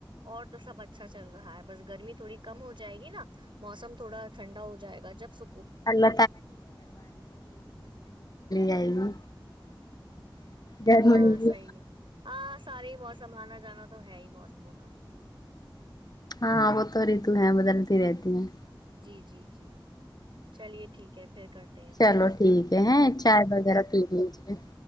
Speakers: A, on the right; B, on the left.
A: اور تو سب اچھا چل رہا ہے بس گرمی تھوڑی کم ہو جائے گی نا موسم تھوڑا ٹھنڈا ہو جائے گا جب س
B: <inaudible> چلی آئی گی ضروری
A: ہاں صحی ہے ہاں سارے ہی موسم آنا جانا تو ہے ہی موسم ہوگا
B: ہاں ہاں وہ تو ریتو ہیں بدلتی رہتی ہیں
A: جی جی جی چلیے ٹھیک ہے پھر کرتے ہیں بات
B: چلو ٹھیک ہے ہیں چائے وغیرہ
A: ٹھیک ہے
B: پی لیجیے